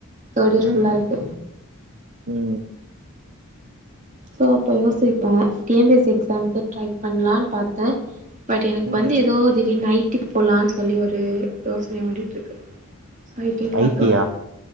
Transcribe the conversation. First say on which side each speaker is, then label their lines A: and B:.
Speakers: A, on the right; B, on the right.
A: தேர்ட் இயர் ஃபுல்லா
B: ம்
A: ருக்கு
B: ம்
A: சோ அப்போ யோசிப்பே T N P S C எக்ஸாம்க்கு ட்ரை பண்ணலான்னே பாத்தே பட் எனக்கு
B: ம்
A: வந்து எதோ திடீர்னு ஐடி போலான்னு சொல்லி ஒரு யோசன ஓடிட்டுருக்கு ஐடி பாக்கலா
B: ஐ டி யா